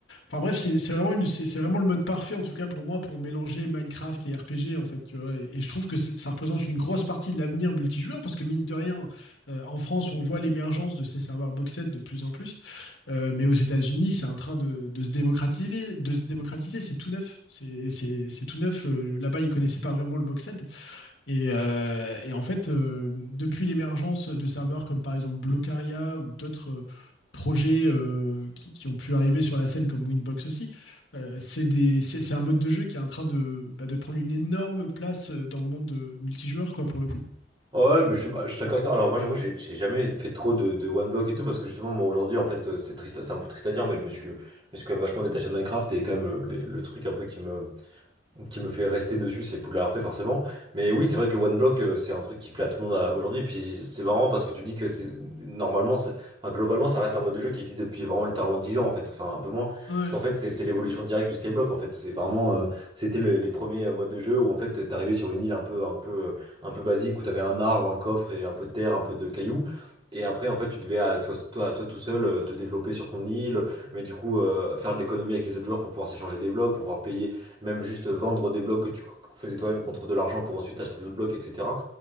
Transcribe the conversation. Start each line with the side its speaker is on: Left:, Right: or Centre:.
Left: Enfin bref, c'est c'est vraiment, une- c'est- c'est vraiment le mode parfait, en tout cas pour moi, pour mélanger Minecraft et RPG, en fait. Tu vois. Et, et je trouve que c'est- ça représente une grosse partie de l'avenir multijoueur, parce que mine de rien, euh, en France, on voit l'émergence de ces serveurs boxed de plus en plus. Euh, mais aux États-Unis, c'est en train de, de se démocratiser. De se démocratiser, c'est tout neuf. C'est c'est- c'est tout neuf. Euh, là-bas, ils connaissaient pas vraiment le boxed. Et, euh, et en fait, euh, depuis l'émergence de serveurs comme par exemple Blocaria ou d'autres euh, projets euh, qui, qui ont pu arriver sur la scène comme Winbox aussi, euh, c'est des, c'est, c'est un mode de jeu qui est en train de, bah, de prendre une énorme place euh, dans le monde de multijoueur, quoi, pour le coup.
Right: Ouais, ouais, mais je, bah, je suis d'accord avec toi. Alors moi j'avoue, j'ai j'ai jamais fait trop de, de one block et tout, parce que justement moi aujourd'hui en fait euh, c'est triste, c'est un peu triste à dire, mais je me suis, je me suis quand même vachement détaché de Minecraft et quand même euh, les- le truc un peu qui me, qui me fait rester dessus, c'est Poudlard RP forcément. Mais oui, c'est vrai que le one block, euh, c'est un truc qui plaît à tout le monde à- aujourd'hui. Et puis c'est marrant parce que tu dis que c'est normalement, c'est- enfin, globalement, ça reste un mode de jeu qui existe depuis vraiment littéralement 10 ans en fait, enfin un peu moins.
Left: Ouais,
Right: Parce qu'en fait, c'est c'est l'évolution directe du Skyblock en fait. C'est vraiment, euh, c'était le- les premiers euh, modes de jeu où en fait, t'arrivais sur une île un peu, un peu, euh, un peu basique où t'avais un arbre, un coffre et un peu de terre, un peu de cailloux. Et après, en fait, tu devais, euh, toi, toi, toi tout seul, euh, te développer sur ton île, mais du coup, euh, faire de l'économie avec les autres joueurs pour pouvoir s'échanger des blocs, pour pouvoir payer même juste vendre des blocs que tu faisais toi-même contre de l'argent pour ensuite acheter d'autres blocs, etc.